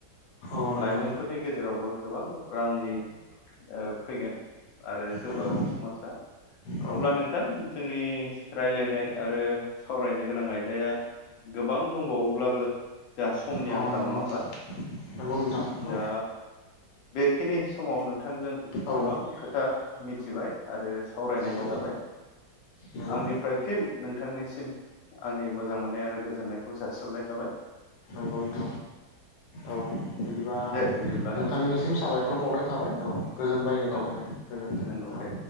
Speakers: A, on the left (about 70°); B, on the left (about 80°).
A: औ नंगौ
B: लाइमोनफोरनि गेजेरावबो गोबां रांनि ओ फैगोन आरो जौगागोन
A: नंगौ
B: समाजा।
A: औ
B: अब्ला नोंथां जोंनि रायलायनाय आरो सावरायनो गोनां आयदाया गोबां दंबावोब्लाबो जोंहा समनि
A: औ
B: आं खाल
A: नंगौ
B: नङा होमबा
A: नंगौ नोंथां
B: दा
A: औ
B: बेखिनि समाव नोंथांजों
A: औ
B: गोबां खोथा मिथिबाय आरो सावरायनायबो
A: नंगौ
B: जाबाय
A: नंगौ
B: आंनिफ्राय फिन नोंथांनिसिम आंनि मोजां मोननाय आरो गोजोननायखौ जासिहरनाय थाबाय‌।
A: नंगौ <unintelligible>
B: <inaudible>
A: औ बिदिबा
B: दे बिदिब्लाना
A: नोंथांनिसिम
B: नोंथां
A: साबायखर बावनाय थाबाय औ गोजोनबाय नोंथां
B: औ
A: दे गोजोन्थों
B: नंगौ दे
A: औ।